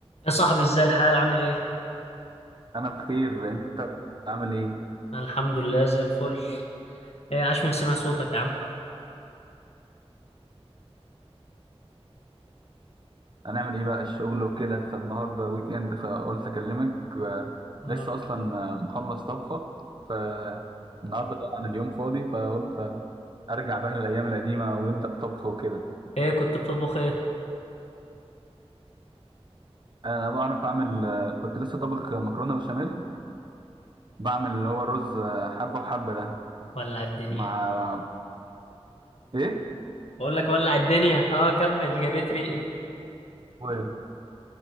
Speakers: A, on the left; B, on the right.
A: يا صاحبي ازاي الحال عامل ايه؟
B: انا بخير انت عامل ايه
A: أنا الحمد لله زي الفل ايه عاش من سمع صوتك يا عم
B: هنعمل ايه بقى الشغل وكده فالنهارده ويك اند فقلت اكلمك و-
A: آه.
B: لسه اصلا آه، مخلص طبخه فالنهارده طبعا اليوم فاضي فقلت ارجع بقى للايام القديمه ونبدا طبخ وكده
A: ايه كنت بتطبخ ايه؟
B: انا بعرف اعمل آه، كنت لسه طابخ مكرونه بشاميل بعمل اللي هو الرز آه، حبه وحبه ده
A: ولع الدنيا
B: مع ايه
A: بقول لك ولع الدنيا اه كمل جريت ريقي
B: و-